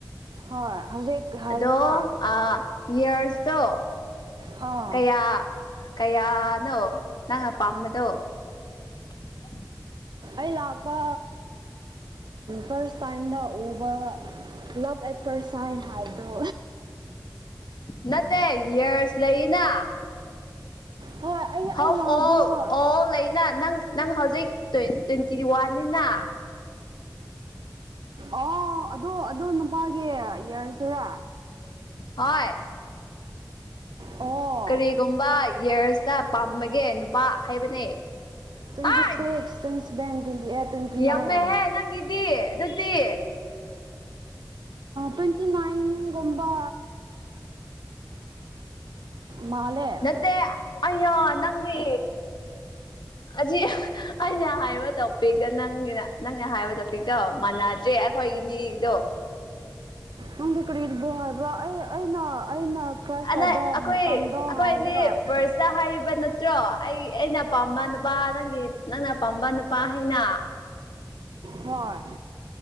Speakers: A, on the right; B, on the left.
A: ꯍꯣꯏ ꯍꯧꯖꯤꯛ ꯍꯥꯏꯕꯗꯨꯔꯥ
B: ꯑꯗꯣ ꯑ ꯏꯌꯥꯔꯁꯇꯣ
A: ꯑꯥ
B: ꯀꯌꯥ ꯀꯌꯥꯅꯣ ꯅꯪ ꯑꯄꯥꯝꯕꯗꯣ <unintelligible>
A: ꯑꯩ ꯂꯥꯛꯄ ꯐꯥꯔꯁ ꯇꯥꯏꯝꯗ ꯎꯕ ꯂꯞ ꯄꯦꯄꯔ ꯁꯥꯏꯟ ꯍꯥꯏꯕꯗꯣ
B: ꯅꯠꯇ ꯌꯌꯔꯁ ꯂꯩꯏꯅ
A: ꯍꯣꯏ ꯑꯩ ꯑꯩ
B: ꯍꯥꯎ
A: ꯂꯥꯛꯕ
B: ꯑꯣꯜ ꯑꯣꯜ ꯂꯩꯅꯥ ꯅꯪ ꯅꯪ ꯍꯧꯖꯤꯛ ꯇ꯭ꯋꯦꯟꯇꯤ ꯋꯥꯟꯅꯤꯅ
A: ꯑꯣ ꯑꯗꯨ ꯑꯗꯨ ꯅꯨꯄꯥꯒꯤ ꯏꯔꯁꯤꯔꯥ
B: ꯍꯣꯏ
A: ꯑꯣ
B: ꯀꯔꯤꯒꯨꯝꯕ ꯏꯌꯥꯔꯁꯇ ꯄꯥꯝꯕꯒꯦ ꯅꯨꯄꯥ ꯍꯥꯏꯕꯅꯦ
A: ꯇꯨꯖꯤꯁ
B: ꯍꯥꯏ
A: ꯁꯛꯁ ꯇꯨꯁꯕꯦꯟꯗꯅ ꯇ꯭ꯋꯦꯟꯇꯤ
B: ꯌꯥꯝꯃꯦꯍꯦ
A: ꯅꯥꯏꯟ
B: ꯅꯪꯒꯤꯗꯤ ꯑꯗꯨꯗꯤ
A: ꯇ꯭ꯋꯦꯟꯇꯤ ꯅꯥꯏꯟꯒꯨꯝꯕ
B: <inaudible>
A: ꯃꯥꯜꯂꯦ
B: ꯅꯠꯇꯦ ꯑꯣ ꯅꯪꯗꯤ ꯑꯖꯤ ꯑꯩꯁ ꯍꯥꯏꯕ ꯇꯧꯕꯄꯤꯒ ꯅꯪꯒꯤꯅ ꯅꯪꯅꯦ ꯍꯥꯏꯕꯗ ꯄꯇꯣ ꯃꯥꯟꯅꯗ꯭ꯔꯦ ꯑꯩꯈꯣꯏ ꯏꯅꯦꯗꯣ
A: ꯍꯗ ꯀꯔꯤꯗ ꯔꯕ꯭ꯔ ꯑꯩꯅ ꯑꯩꯅ ꯀ꯭ꯔꯁ ꯇꯧꯕ
B: ꯑꯗ
A: ꯃꯇꯝꯗꯣ
B: ꯑꯩꯈꯣꯏ ꯑꯩꯈꯣꯏ
A: ꯍꯥꯏꯔꯒ
B: ꯑꯅꯤ ꯐꯥꯔꯁꯇ ꯍꯥꯏꯔꯤꯕ ꯅꯠꯇ꯭ꯔꯣ ꯑꯩꯒꯤ ꯑꯩꯅ ꯄꯥꯝꯕ ꯅꯨꯄꯥ ꯅꯪꯒꯤ ꯅꯪꯅ ꯑ ꯄꯥꯝꯕ ꯅꯨꯄꯥ ꯍꯥꯏꯩꯅ
A: ꯍꯣꯏ